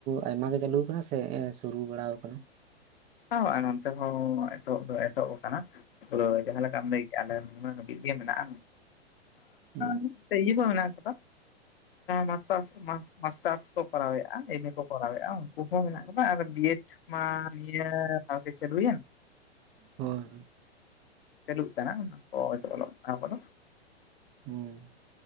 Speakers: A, on the right (about 20°); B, on the left (about 55°).
A: ᱟᱭᱢᱟᱜᱮ ᱪᱟᱹᱞᱩ ᱠᱟᱱᱟ ᱥᱮ ᱥᱩᱨᱩ ᱵᱟᱲᱟ ᱠᱟᱱᱟ
B: ᱦᱳᱭ ᱱᱚᱱᱛᱮ ᱦᱚᱸ ᱮᱛᱚᱦ ᱫᱚ ᱮᱛᱚᱦᱚᱵ ᱟᱠᱟᱱᱟ ᱯᱩᱨᱟᱹ ᱡᱟᱦᱟᱸ ᱞᱮᱠᱟᱢ ᱞᱟᱹᱭ ᱠᱮᱫᱮᱜᱼᱟ ᱟᱹᱵᱤᱡ ᱜᱮ ᱢᱮᱱᱟᱜᱼᱟ
A: ᱦᱩᱸ
B: ᱱᱤᱛ ᱤᱭᱟᱹ ᱠᱚ ᱢᱮᱱᱟᱜ ᱠᱟᱫᱟ ᱢᱟᱠᱥ ᱢᱟᱥ ᱠᱚᱨᱟᱣᱮᱫᱼᱟ ᱮᱢᱮ ᱠᱚ ᱠᱚᱨᱟᱣᱮᱫᱼᱟ ᱩᱱᱠᱩ ᱦᱚᱸ ᱢᱮᱱᱟᱜ ᱠᱟᱫᱟ ᱟᱨ ᱵᱤᱭᱮᱰ ᱢᱟ ᱱᱤᱭᱟᱹ ᱛᱟ ᱯᱮ ᱪᱟᱞᱩ ᱮᱱ
A: ᱦᱳᱭ
B: ᱪᱟᱹᱞᱩᱜ ᱠᱟᱱᱟ ᱚᱱᱟ ᱠᱚ ᱚᱞᱚᱜ ᱟᱵᱚᱫᱟ
A: ᱦᱩᱸ